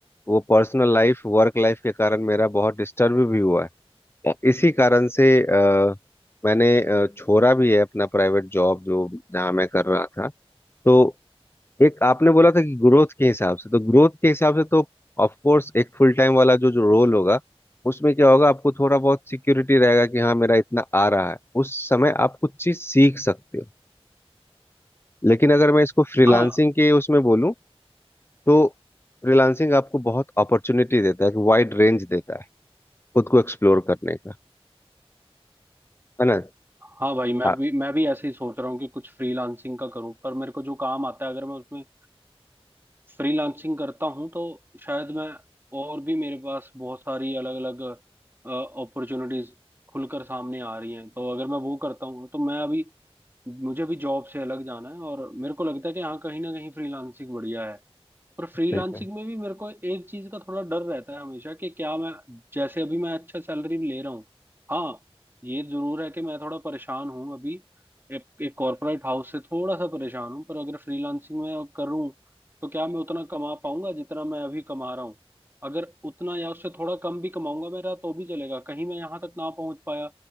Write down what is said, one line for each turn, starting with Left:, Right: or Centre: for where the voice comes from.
Left: वो पर्सनल लाइफ वर्क लाइफ के कारण मेरा बहुत डिस्टर्ब भी हुआ है और इसी कारण से अ, मैंने अ, छोड़ा भी है अपना प्राइवेट जॉब जो जहाँ मैं कर रहा था तो एक आपने बोला था कि ग्रोथ के हिसाब से तो ग्रोथ के हिसाब से तो ऑफ कोर्स एक फुल टाइम वाला जो जो रोल होगा उसमें क्या होगा आपको थोड़ा बहुत सिक्योरिटी रहेगा कि हाँ मेरा इतना आ रहा है उस समय आप कुछ चीज सीख सकते हो लेकिन अगर मैं इसको फ्रीलांसिंग
Right: हाँ
Left: के उसमें बोलूँ तो फ्रीलांसिंग आपको बहुत अपॉर्चुनिटी देता है कि वाइड रेंज देता है खुद को एक्सप्लोर करने का है ना
Right: हाँ भाई मैं
Left: आप
Right: भी मैं भी ऐसे ही सोच रहा हूँ कि कुछ फ्रीलांसिंग का करूँ पर मेरे को जो काम आता है अगर मैं उसमें फ्रीलांसिंग करता हूँ तो शायद मैं और भी मेरे पास बहुत सारी अलग अलग अपॉर्चुनिटीज खुलकर सामने आ रही हैं तो अगर मैं वो करता हूँ तो मैं अभी मुझे भी जॉब से अलग जाना है और मेरे को लगता है कि हाँ कहीं ना कहीं फ्रीलांसिंग बढ़िया है पर फ्रीलांसिंग
Left: देखा
Right: में भी मेरे को एक चीज का थोड़ा डर रहता है हमेशा कि क्या मैं जैसे अभी मैं अच्छा सैलरी ले रहा हूँ हाँ ये जरूर है कि मैं थोड़ा परेशान हूँ अभी एक एक कॉर्पोरेट हाउस से थोड़ा सा परेशान हूँ पर अगर फ्रीलांसिंग में करूँ तो क्या मैं उतना कमा पाऊंगा जितना मैं अभी कमा रहा हूँ अगर उतना या उससे थोड़ा कम भी कमाऊंगा मेरा तो भी चलेगा कहीं मैं यहाँ तक ना पहुंच पाया